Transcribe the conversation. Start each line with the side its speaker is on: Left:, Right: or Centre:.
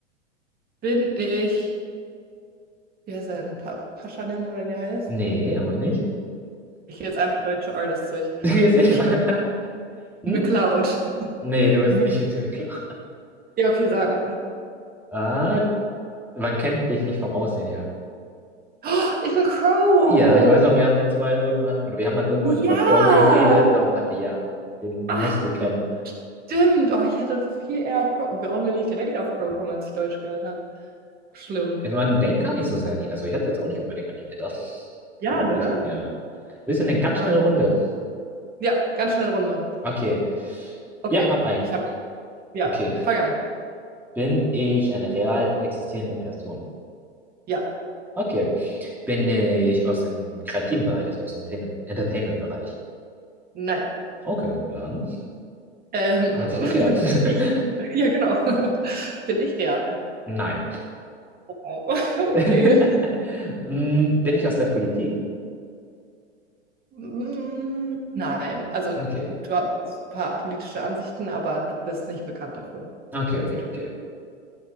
Right: bin ich, wie heißt er denn? Pa Paschanim oder wie der heißt?
Centre: Nee, aber nicht. <laughs>
Right: Ich gehe jetzt einfach deutsche Artists durch.
Centre: Du gehst echt
Right: Bin ich
Centre: gerade.
Right: Mc
Centre: <laughs> Hm?
Right: McCloud? <laughs>
Centre: Nee, du bist
Right: Mc
Centre: nicht, <laughs> ist mir klar.
Right: ja, okay, sag mal.
Centre: Ah, man kennt dich nicht vom Aussehen her.
Right: Oh, ich bin Crow.
Centre: Ja, ich weiß noch, wir haben letztes Mal irgendwann, oder wir haben mal irgendwann über
Right: Ja!
Centre: Crow geredet, darum dachte ich, ja, den
Right: Ach,
Centre: musst du kennen.
Right: stimmt. Oh, ich hätte viel eher auf Crow. Warum bin ich direkt auf Crow gekommen, als ich Deutsch gehört habe? Schlimm.
Centre: Man denkt gar nicht so sehr an ihn, also ich hätte jetzt auch nicht unbedingt an ihn gedacht, <laughs>
Right: Ja,
Centre: glaube
Right: ne?
Centre: ich, ja. Wir sind eine ganz
Right: Aber
Centre: schnelle
Right: gut.
Centre: Runde.
Right: Ja, ganz schnell Runde.
Centre: Okay,
Right: Okay,
Centre: ja, hab einen.
Right: ich habe. Ja,
Centre: Okay,
Right: fang an.
Centre: bin ich eine real existierende Person?
Right: Ja,
Centre: Okay, bin ich aus dem kreativen Bereich, also aus dem Ten- Entertainment-Bereich?
Right: nein.
Centre: Okay, ja, dann
Right: Ähm,
Centre: hat
Right: <laughs>
Centre: sich geklärt. <laughs>
Right: bin ich? Ja, genau. <laughs> Bin ich real?
Centre: Nein.
Right: <laughs> Oh, Okay.
Centre: <laughs> Mm, Bin ich aus der Politik?
Right: Mm, Nein, also
Centre: Okay.
Right: du hast ein paar politische Ansichten, aber du bist nicht bekannt dafür,
Centre: Okay, okay,
Right: für die
Centre: okay.